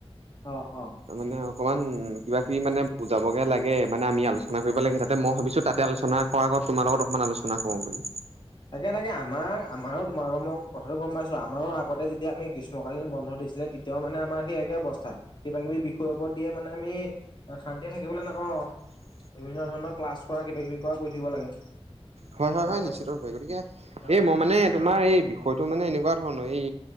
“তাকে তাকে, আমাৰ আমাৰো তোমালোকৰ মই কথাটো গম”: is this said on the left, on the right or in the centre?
Left